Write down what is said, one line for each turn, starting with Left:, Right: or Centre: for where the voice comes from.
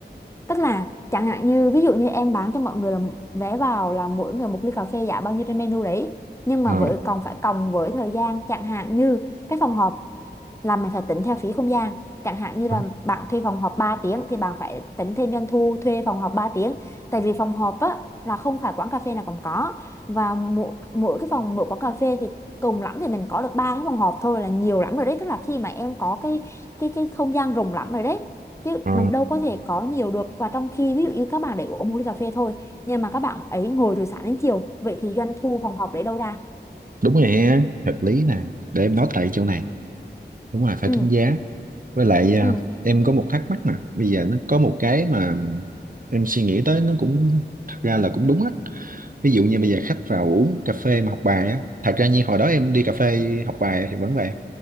Left: Tức là chẳng hạn như ví dụ như em bán cho mọi người là vé vào là mỗi người một ly cà phê giá bao nhiêu trên menu đấy. Nhưng mà
Right: Ờ.
Left: với còn phải cộng với thời gian chẳng hạn như cái phòng họp là mình phải tính theo phí không gian. Chẳng hạn như là
Right: Hả?
Left: bạn thuê phòng họp 3 tiếng thì bạn phải tính thêm doanh thu thuê phòng họp 3 tiếng. Tại vì phòng họp á là không phải quán cà phê nào cũng có và mỗi mỗi cái phòng mỗi quán cà phê thì cùng lắm thì mình có được ba cái phòng họp thôi là nhiều lắm rồi đấy tức là khi mà em có cái cái cái không gian rộng lắm rồi đấy chứ
Right: Ờ,
Left: mình đâu có thể có nhiều được và trong khi ví dụ như các bạn để uống một ly cà phê thôi nhưng mà các bạn ấy ngồi từ sáng đến chiều vậy thì doanh thu phòng học đấy đâu ra
Right: đúng rồi ha, hợp lý nè để em nói tại chỗ này đúng rồi phải
Left: ừ
Right: tính giá với lại à,
Left: ừ
Right: em có một thắc mắc nè bây giờ nó có một cái mà em suy nghĩ tới nó cũng thật ra là cũng đúng á ví dụ như bây giờ khách vào uống cà phê mà học bài á thật ra như hồi đó em đi cà phê học bài thì vẫn vậy